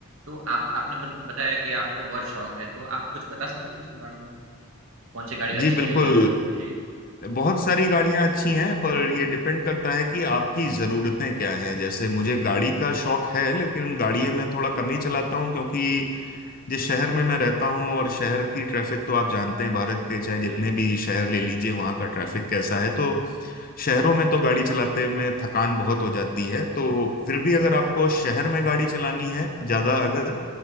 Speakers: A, on the right (about 65°); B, on the left (about 40°).
A: तो आप आपने बत बताया कि आपको बहुत शौक है, तो आप कुछ बता सकते हैं इसके बारे में? कौन-सी गाड़ी
B: जी
A: अच्छी
B: बिल्कुल
A: है? जी,
B: बहुत
A: जी,
B: सारी गाड़ियां अच्छी हैं पर ये डिपेंड करता है कि आपकी ज़रूरतें क्या हैं जैसे मुझे गाड़ी का शौक है लेकिन गाड़ी में थोड़ा कम ही चलाता हूँ क्योंकि जिस शहर में मैं रहता हूँ और शहर की ट्रैफिक तो आप जानते हैं भारत के चाहे जितने
A: जी,
B: भी शहर ले लीजिए वहाँ का ट्रैफिक कैसा है तो शहरों में तो गाड़ी चलाते में थकान बहुत हो जाती है तो फिर भी अगर आपको शहर में गाड़ी चलानी है ज़्यादा अगर